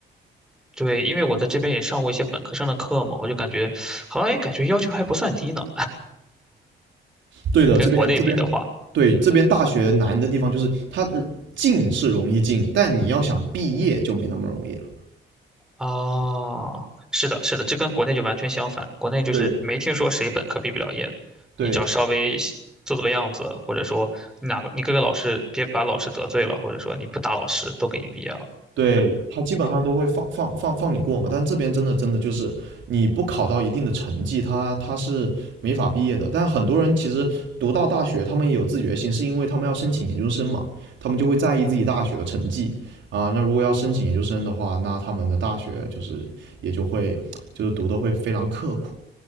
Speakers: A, in the centre; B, on the right.
A: 对，因为我在这边也上过一些本科生的课嘛，我就感觉好像也感觉要求还不算低呢。
B: 对的，
A: 跟国内比的话，
B: 这边这边对这边大学难的地方就是它呃进是容易进，但你要想毕业就没那么容易了。
A: 啊，是的，是的，这跟国内就完全相反。国内就是没听说谁本科毕不了业的，
B: 对对
A: 你只要稍微做做样子，或者说你哪怕你各个老师别把老师得罪了，或者说你不打老师，都给你毕业了。
B: 对，他基本上都会放放放放你过嘛，但这边真的真的就是你不考到一定的成绩，他他是没法毕业的。但很多人其实读到大学，他们也有自觉性，是因为他们要申请研究生嘛，他们就会在意自己大学的成绩啊。那如果要申请研究生的话，那他们的大学就是也就会就是读的会非常刻苦。